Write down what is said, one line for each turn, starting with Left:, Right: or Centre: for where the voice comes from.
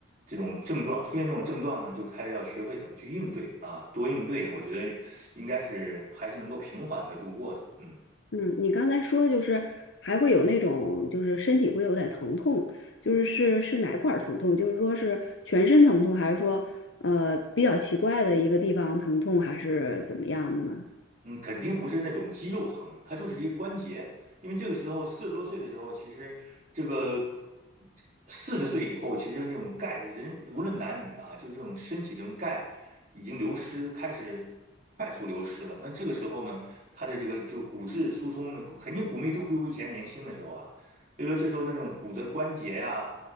Right: 这种症状出现这种症状呢，就开始要学会怎么去应对啊，多应对，我觉得应该是还是能够平缓的度过的，嗯。
Left: 嗯，你刚才说就是还会有那种就是身体会有点疼痛，就是是是哪块儿疼痛？就是说是全身疼痛，还是说呃比较奇怪的一个地方疼痛，还是怎么样的呢？
Right: 嗯，肯定不是那种肌肉疼，它就是一关节。因为这个时候四十多岁的时候，其实这个四十岁以后，其实那种钙的人，无论男女啊，就这种身体的这种钙已经流失，开始快速流失了。那这个时候呢，它的这个就骨质疏松呢，肯定骨密度不如以前年轻的时候啊。所以说这时候那种骨的关节呀、